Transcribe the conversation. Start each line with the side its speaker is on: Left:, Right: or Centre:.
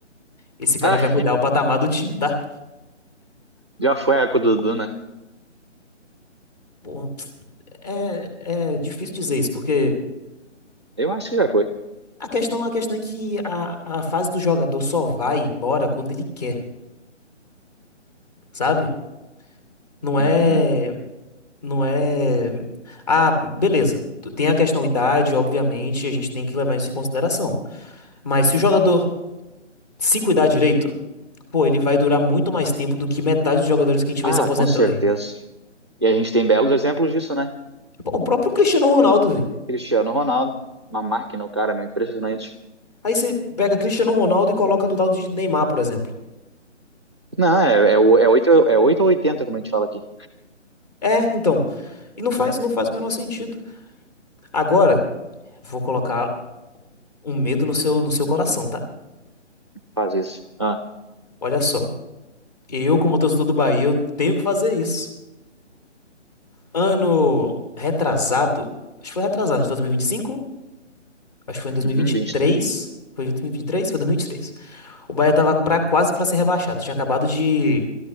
Left: Esse cara
Right: Ah,
Left: ele vai mudar o patamar do time, tá?
Right: já foi a época do Dudu, né?
Left: Pô, é, é difícil dizer isso, porque
Right: Eu acho que já foi.
Left: a questão, a questão é que a, a fase do jogador só vai embora quando ele quer, sabe? Não é.
Right: Uhum.
Left: Não é. Ah, beleza. Tem a questão idade, obviamente, a gente tem que levar isso em consideração. Mas se o jogador se cuidar direito, pô, ele vai durar muito mais tempo do que metade dos jogadores que a gente
Right: Ah,
Left: vê se aposentando
Right: com certeza.
Left: aí.
Right: E a gente tem belos exemplos disso, né?
Left: Pô, o próprio Cristiano Ronaldo, velho.
Right: Cristiano Ronaldo, uma máquina, o cara, meu, impressionante.
Left: Aí você pega Cristiano Ronaldo e coloca do lado de Neymar, por exemplo.
Right: Não, é, é, o- é, 8 é 8 ou 80, como a gente fala aqui.
Left: É, então. E não faz, não faz o menor sentido. Agora, vou colocar um medo no seu, no seu coração, tá?
Right: Faz isso. Ah,
Left: Olha só. Eu, como torcedor do Bahia, eu tenho que fazer isso. Ano retrasado, acho que foi retrasado, de 2025, acho que foi em 2023,
Right: uhum, 20,
Left: foi 2023, foi 2023. O Bahia tava pra, quase pra ser rebaixado. Tinha acabado de,